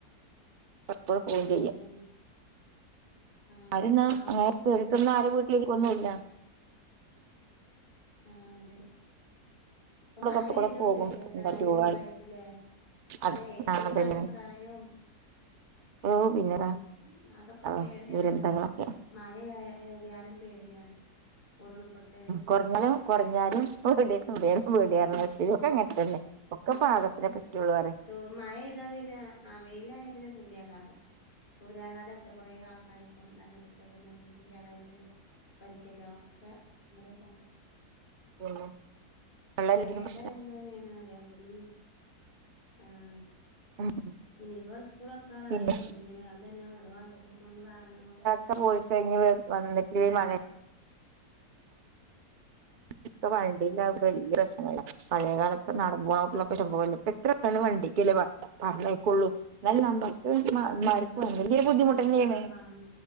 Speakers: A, on the right; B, on the left.
A: എപ്പഴും പോവും
B: ആഹ്
A: ചെയ്യും
B: അതന്നെ ആഹ്
A: ആരുന്നാ
B: ആർക്കും
A: അങ്ങനെ
B: ഒരിതില്ല
A: പേടിച്ചൊന്നും ആരും വീട്ടിലിരിക്കൊന്നുല്ല
B: എന്നാലും ആഹ് അതെ ഇപ്പോ മഴ
A: പുറത്തു കൂടെ
B: വര്നൊ
A: പോകും
B: പേടിയാ പ്രളയം
A: എന്താ ടൂർ.
B: ഇതായിട്ട് ല്ലേ
A: അത്
B: ല്ലേ കഴിഞ്ഞ
A: ആഹ് അതന്നെ
B: പ്രാവശ്യം പ്രളയും
A: ഓഹ്
B: ഉം
A: പിന്നെതാ
B: അതൊക്കെ
A: ആഹ്
B: പേടിയാണ്
A: ദുരന്തങ്ങളൊക്കെ
B: അറിയാ മഴ ഴാ ഏറിയാലും പേടിയാണ് ഉരുൾപൊട്ട്
A: കൊറ്ഞ്ഞ്
B: ഇതൊക്കെ
A: കൊറ്ഞ്ഞാലും പേടിയാ കൂടിയാലുംപേടിയാ റ്ഞ്ഞാതിരി ഒക്കെ അങ്ങനത്തന്നെ ഒക്കെ പാകത്തിനെ പറ്റുള്ളൂ അ റിം
B: തു മഴ പെയ്താ പിന്നെ ആഹ് വെയിലായ പിന്നെ സൂര്യാഘാതം സൂര്യയാഘാതെടുത്ത് കുറേ ആൾക്കാര് ഇപ്പം മരണപ്പെട്ടു അതേമാതിരി സൂര്യാഘതേറ്റ് പരിക്കേറ്റ ഒക്കെ നിറതാണ്
A: പിന്നെ വെള്ളല്ലെങ്കിലും
B: അല്ല ഏതായാലും
A: പ്രശ്ന
B: ദെന്നെണ് <unintelligible>
A: ഉം ഉം
B: ഇനിയിപ്പോ സ്കൂള്റോക്കാറായി
A: പിന്നെ
B: പിന് അതേന്നെ ഓരോ അസുഖങ്ങളും കാരണങ്ങളും
A: ഒക്കെ പോയി കയിഞ് വന്നിട്ട് മഴേ ഇപ്പ വണ്ടിലാവുബോ വല്ലൃ രസോന്നുല്ല പഴയകാലൊക്കെ നടന്ന്മ്പോവുബോക്കേ സംഭവല്ലേ എത്ര അല വണ്ടിക്കല്ലേ പറഞ്ഞേയ്ക്കൊള്ളൂ എന്നാൽ നമ്മക്ക്
B: ആഹ്
A: മരിപ്പോ
B: ഞങ്ങളൊക്കെ
A: എന്തേങ്കുംഒരു
B: അങ്ങനെന്നെ
A: ബുദ്ധിമുട്ടേന്നെണ്
B: വ ആഹ് വാഹന